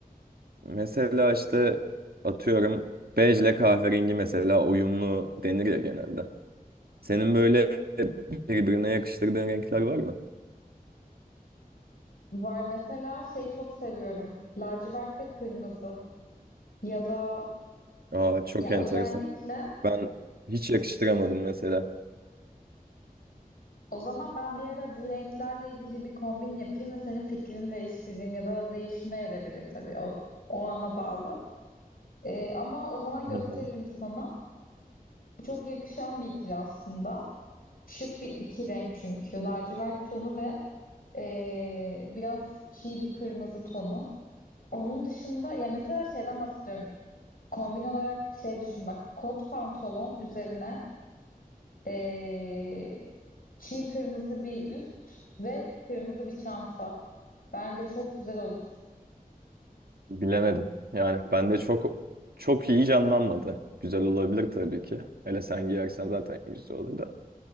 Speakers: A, on the right; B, on the left.
A: Mesela işte atıyorum bej ile kahverengi mesela uyumlu denir ya genelde. Senin böyle birbirine yakıştırdığın renkler var mı?
B: Var mesela şeyi çok seviyorum. Lacivert ve kırmızı. Ya da
A: Aa çok
B: ya
A: enteresan.
B: özellikle
A: Ben hiç yakıştıramadım mesela.
B: o zaman ben bir ara bu renklerle ilgili bir kombin yapayım ve senin fikrini değiştireyim ya da değişme edebilir tabii o, o ana bağlı. Ee, ama o zaman gösteririm
A: Hı hı.
B: sana. Çok yakışan bir ikili aslında. Şık bir iki renk çünkü. Lacivert tonu ve ee, biraz çiğ bir kırmızı tonu. Onun dışında ya mesela şeyden bahsediyorum. Kombin olarak şey düşün bak kot pantolon üzerine ee, çiğ kırmızı bir üst ve kırmızı bir çanta. Bence çok güzel olur.
A: Bilemedim. Yani bende çok çok iyi canlanmadı. Güzel olabilir tabii ki. Hele sen giyersen zaten güzel olur da.